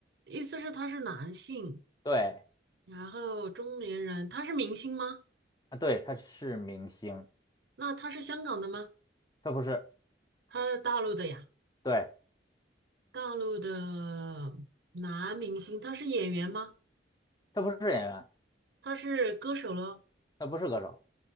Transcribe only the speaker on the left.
对
啊，对，他是明星。
他不是，
对，
他不是演员，
他不是歌手，